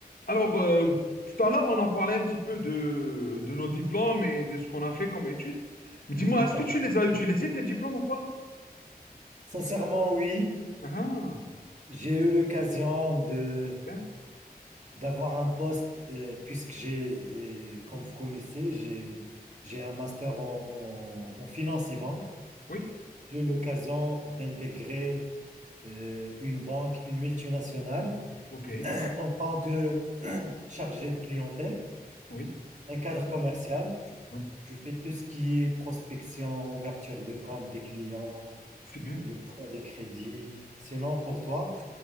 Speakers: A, on the left; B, on the right.
A: Alors, euh, tout à l'heure, on a parlé un petit peu de, de nos diplômes et de ce qu'on a fait comme études. Mais dis-moi,
B: Tout
A: est-ce
B: à
A: que tu
B: fait.
A: les
B: oui.
A: as utilisés, tes diplômes ou pas?
B: Sincèrement, oui,
A: Ah,
B: j'ai eu l'occasion de
A: c'est bien.
B: d'avoir un poste euh, puisque j'ai, euh, comme vous connaissez, j'ai j'ai un master en, en, en finance et banque.
A: Oui,
B: J'ai eu l'occasion d'intégrer euh, une banque, une multinationale,
A: ok,
B: en tant que <clears throat> chargé de clientèle,
A: oui,
B: un cadre commercial.
A: oui,
B: Je fais tout ce qui est prospection, ouverture de compte des clients,
A: c'est bien.
B: euh, l'octroi des crédits. Sinon, pour toi,